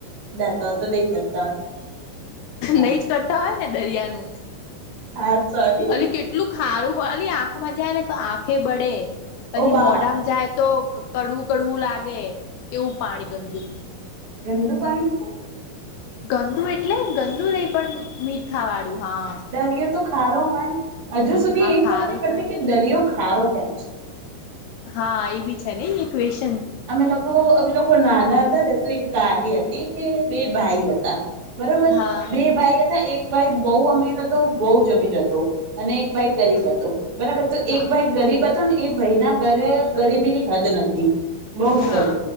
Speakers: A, on the right; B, on the left.
A: દતા તો કરતા હોય
B: નઈ જ કરતા હોય ને દરિયાનું
A: હા સોરી
B: અને કેટલું ખારું વાલી આંખમાં જાય ને તો આંખે બ એ પછી
A: ઓ બા
B: મોઢામાં જાય તો કડવું કડવું લાગે એવું પાણી ગંદુ.
A: ગંદુ પાણી એ તો.
B: ગંદુ એટલે ગંદુ નહી પણ મીઠ થા વાળું. હા
A: દરિયો તો ખારો હોય હજુ સુધી
B: હા
A: એ
B: ખારો
A: ખબર નહી પડતી
B: જ હોય ને
A: કે દરિયો ખારો કેમ છે?
B: હા એ બી છે ને એ ક્વેશ
A: અમે લોકો અમે લોકો નાના હતા ને તો એક તારી હતી કે બે ભાઈ હતા બરોબર
B: હા
A: બે ભાઈ હતા એક ભાઈ બહુ અમીર હતો, બહુ જમીર હતો અને એક ભાઈ ગરીબ હતો બરાબર તો
B: હા
A: એક ભાઈ ગરીબ હતો ને એ ભાઈ ના ઘરે ગરીબી ની હદ નતી. બહું જ
B: હા
A: કરી